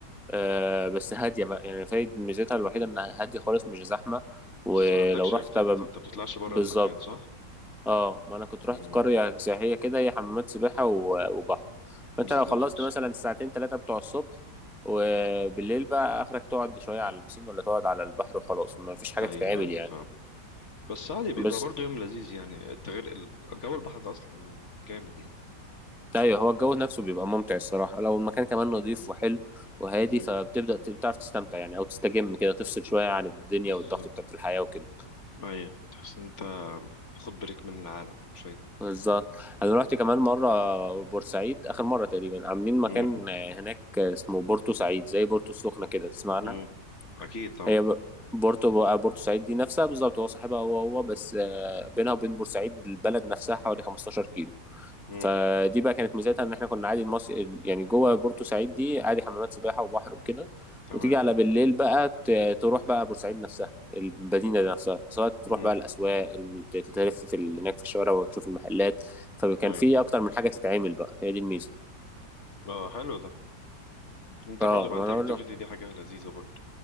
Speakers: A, in the centre; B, on the left.
A: آه بس هاديه بقى يعني فايد ميزتها الوحيده انها هاديه خالص مش زحمه ولو
B: بس ما عندكش
A: رحت
B: اكتيفيتي
A: تبقى
B: انت بتطلعش بره
A: بالظبط
B: المكان صح؟
A: اه ما انا كنت رحت
B: مم.
A: قرية سياحية كده هي حمامات سباحة و- وبحر فانت
B: بالظبط
A: لو خلصت مثلا الساعتين ثلاثة بتوع الصبح وبالليل بقى اخرك تقعد شوية على البسين ولا تقعد على البحر وخلاص ما فيش حاجة
B: ايوه
A: تتعمل
B: ايوه
A: يعني
B: فاهم بس عادي بيبقى
A: بس
B: برضه يوم لذيذ يعني التغيير ال- جو البحر ده اصلا جامد يعني
A: ايوه هو الجو نفسه بيبقى ممتع الصراحة لو المكان كمان نظيف وحلو وهادي
B: امم
A: فبتبدأ ت- بتعرف تستمتع يعني او تستجم كده تفصل شوية عن الدنيا
B: بالظبط
A: والضغط بتاعت الحياة وكده
B: ايوه تحس ان انت تاخد بريك من العالم شوية
A: بالظبط انا رحت كمان مرة بورسعيد اخر مرة تقريبا عاملين مكان
B: امم
A: هناك اسمه بورتو سعيد زي بورتو السخنة كده تسمع عنها
B: امم اكيد طبعا
A: هي ب- بورتو بورتوسعيد دي نفسها بالظبط هو صاحبها هو هو بس آه، بينها وبين بورسعيد البلد نفسها حوالي 15 كيلو
B: امم
A: فدي بقى كانت ميزتها ان احنا كنا عادي المص... يعني جوه بورتوسعيد دي عادي حمامات سباحه وبحر وكده
B: تمام
A: وتيجي على بالليل بقى ت- تروح بقى بورسعيد نفسها المدينه دي نفسها سواء تروح
B: امم
A: بقى الاسواق الم- تلف في ال- هناك في الشوارع وتشوف المحلات فكان
B: ايوه
A: في اكتر من حاجه تتعمل بقى هي دي الميزه
B: اه حلو ده انت
A: اه
B: برضه يبقى
A: ما
B: عندك
A: انا اقول
B: اكتيفيتي
A: له
B: دي حاجة لذيذة برضه